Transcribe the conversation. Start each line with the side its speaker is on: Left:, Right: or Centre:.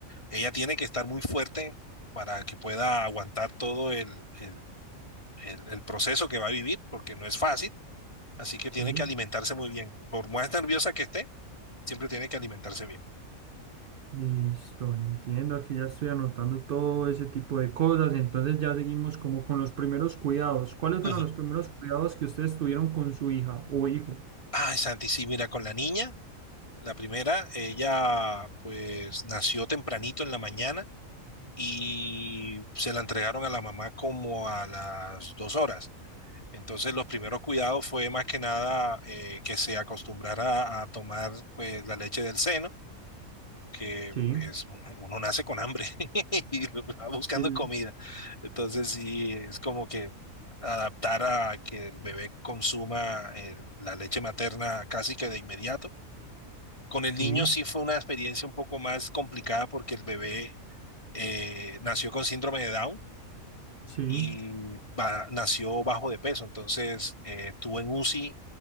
Left: Ella tiene que estar muy fuerte para que pueda aguantar todo el, el el, el proceso que va a vivir, porque no es fácil, así que
Right: Sí.
Left: tiene que alimentarse muy bien. Por más nerviosa que esté, siempre tiene que alimentarse bien.
Right: Listo, entiendo. Aquí ya estoy anotando todo ese tipo de cosas. Entonces ya seguimos como con los primeros cuidados. ¿Cuáles
Left: Ujú.
Right: fueron los primeros cuidados que ustedes tuvieron con su hija o hijo?
Left: Ay, Santi, sí, mira, con la niña, la primera, ella pues nació tempranito en la mañana y se la entregaron a la mamá como a las dos horas. Entonces los primeros cuidados fue más que nada eh, que se acostumbrara a tomar pues la leche del seno que
Right: Sí,
Left: pues uno nace con hambre <laughs> y va buscando
Right: el-
Left: comida. Entonces sí, es como que adaptar a que el bebé consuma el- la leche materna casi que de inmediato. Con
Right: sí,
Left: el niño sí fue una experiencia un poco más complicada porque el bebé eh, nació con síndrome de Down
Right: sí.
Left: y ba- nació bajo de peso. Entonces eh, estuvo en UCI,